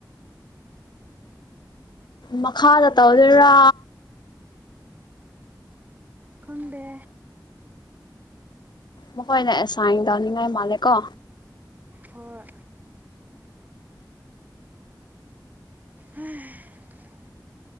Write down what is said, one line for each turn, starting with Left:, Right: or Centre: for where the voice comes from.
Left: ꯃꯈꯥꯗ
Right: ꯑꯩ
Left: ꯇꯧꯗꯣꯏꯔꯥ
Right: ꯈꯨꯗꯦ
Left: ꯃꯈꯣꯏꯅꯁꯥꯡꯟ ꯇꯧꯅꯤꯡꯉꯥꯏ ꯃꯥꯜꯂꯦ ꯀꯣ
Right: ꯍꯣꯏ ꯎꯝ